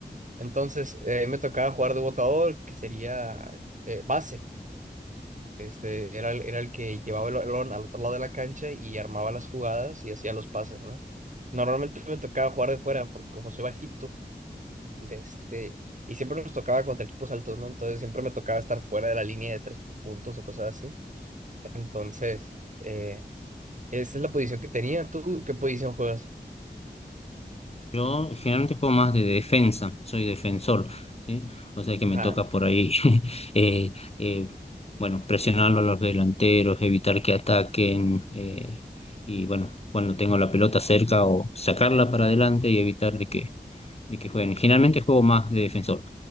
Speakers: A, on the right; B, on the left.
A: Entonces eh, me tocaba jugar de botador, que sería eh, base. Este, era, el- era el que llevaba el balón al otro lado de la cancha y armaba las jugadas y hacía los pases, ¿no? Normalmente me tocaba jugar de fuera, porque como soy bajito, de este, y siempre nos tocaba contra equipos altos, ¿no? Entonces siempre me tocaba estar fuera de la línea de tres puntos o cosas así. Entonces, eh, esa es la posición que tenía. ¿Tú qué posición juegas?
B: Yo generalmente juego más de defensa, soy defensor, ¿sí? O sea que
A: Ajá.
B: me toca por ahí, <laughs> eh, eh, bueno, presionarlo a los delanteros, evitar que ataquen, eh, y bueno, cuando tengo la pelota cerca o sacarla para adelante y evitar de que, de que jueguen. Generalmente juego más de defensor.